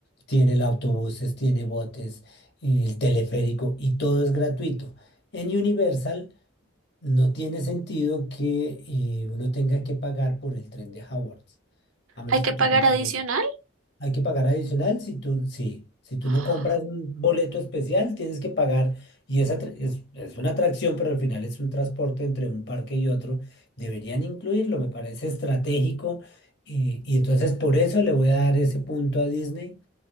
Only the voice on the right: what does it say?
Hay que
pagar
adicional.
¡Ah!